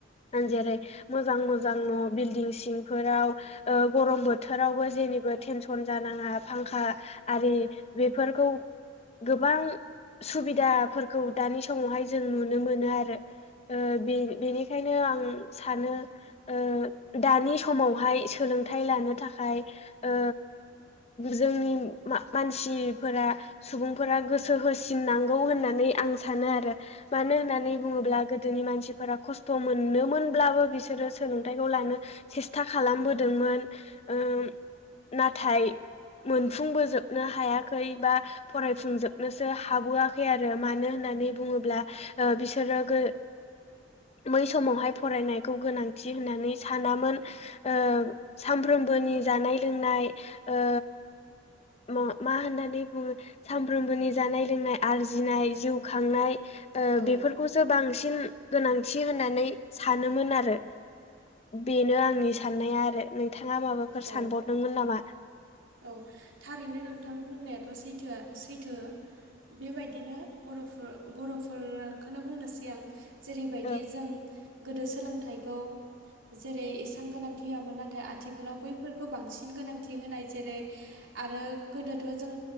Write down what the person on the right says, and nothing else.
औ
औ
औ थारैनो नोंथां बुंनायाथ' सैथोआ सैथो बेबायदिनो बर'फोर बर'फोरखौनो बुंनोसै आं जेरैबायदि
जों गोदो सोलोंथाइखौ जेरै इसां गोनांथि होआमोन नाथाय आथिखालाव बैफोरखौ बांसिन गोनांथि होनाय जेरै आरो गोदोथ' जों